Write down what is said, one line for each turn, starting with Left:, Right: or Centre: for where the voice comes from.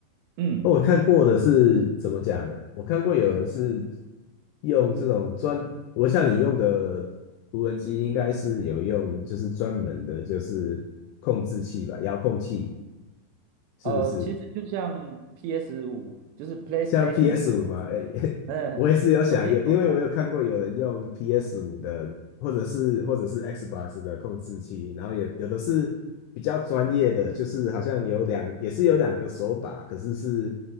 Right: 嗯。
Left: 那我看过的是怎么讲？我看过有人是用这种专，我像你用的无人机应该是有用，就是专门的，就是控制器吧，遥控器是不是？
Right: 呃，其实就像 PS 五，就是 PlayStation
Left: 像 PS
Right: 的，
Left: 五嘛，诶，<laughs>
Right: 嗯，
Left: 我也是有想有，
Right: 游戏手感，
Left: 因为我有看过有人用 PS 五的，或者是或者是 Xbox 的控制器，然后有有的是比较专业的，就是好像有两也是有两个手把，可是是